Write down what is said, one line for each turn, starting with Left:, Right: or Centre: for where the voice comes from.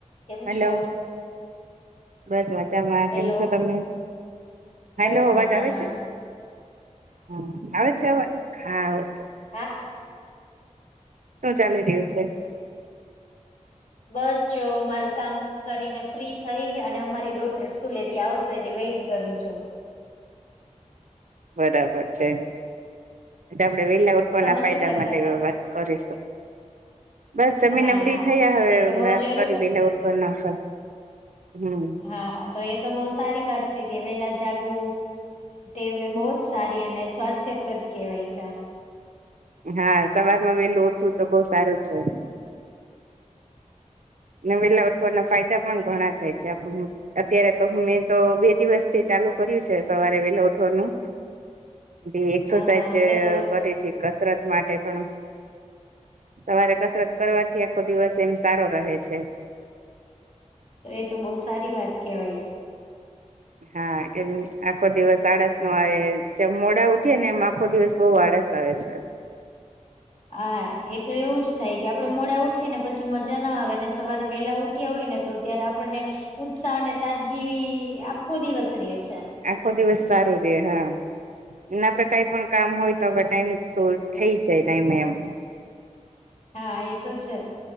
Left: કેમ
Right: હેલો
Left: છો?
Right: બસ મજામાં
Left: હેલો
Right: કેમ છો તમે? હેલો
Left: બસ
Right: અવાજ
Left: મજામાં
Right: આવે છે હ આવે છે. અવાજ હા ઓકે
Left: હા
Right: શું ચાલી રહ્યું છે?
Left: બસ જો મારું કામ કરીને ફ્રી થઈ અને અમારી ડો સ્કૂલેથી આવશે એની વેઇટ કરું છું
Right: બરાબર છે આપડે વેલા કો
Left: તમે
Right: ના ફાયદા
Left: શું કરતા
Right: માટે
Left: તા?
Right: વાત કરીશું બસ જમીન
Left: હા
Right: ભરી
Left: હા
Right: થયા હવે
Left: એ તો બઉ
Right: વાત
Left: જરૂર
Right: કરી એલે ઉઠવા નાફ હમ
Left: હા તો એ તો બઉુ સારી વાત છે કે વેલા જાગુ એ બહુ જ સારી અને સ્વાસ્થ્યપ્રદ કહેવાય છે
Right: હા સવારમાં વેલું ઉઠવું તો બહ સારું છે વેલા ઉઠવાના ફાયદા પણ ઘણા થાય છે આપ અત્યારે તો મેં તો બે દિવસથી ચાલુ કર્યું છે સવારે વેલા ઉઠવાનું બી એક્સરસાઇઝ
Left: હા હા તો તો
Right: કરે છે કસરત માટે પણ સવારે કસરત કરવાથી આખો દિવસ એમ સારો રહે છે
Left: તો એ તો બહુ સારી વાત કેવાય
Right: હા એમ આખો દિવસ આળસ નો આવે મોડા ઉઠી ને એમ આખો દિવસ બહ આળસ આવે છે
Left: હા એ તો એવું જ થાય કે આપડે મોડા ઉઠીએ ને પછી મજા ના આવેને સવારે વેલા ઉઠ હોય ને તો ત્યારે આપણને ઉત્સાહ અને તાજગી આખો દિવસ રે છે
Right: આખો દિવસ સારું છે હા એ આપડે કઈ પણ કામ હોય તો આપડ ટાઈમ તો થઈ જાય ટાઈમે એમ
Left: હા એ તો છે